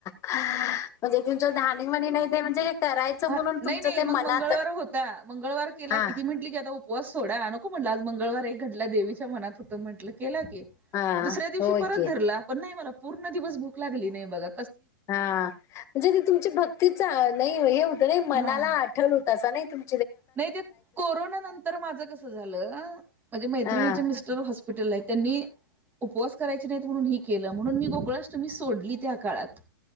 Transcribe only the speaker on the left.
हा म्हणजे त्यांचा ध्यानी म्हणी नाही ते म्हणजे, करायचं
म्हणून
तुमचं
ते
मनात
हा
हा
होय
की
हा म्हणजे ती तुमची भक्तीच नाही हे. नाही मनाला
आठल होता अस नाही तम,
हा